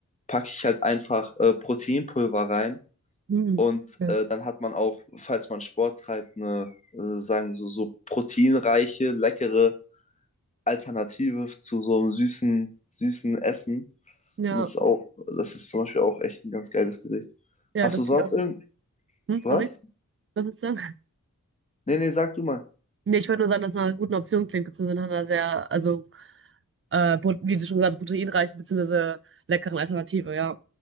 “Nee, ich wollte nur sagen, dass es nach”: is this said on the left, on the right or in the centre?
Right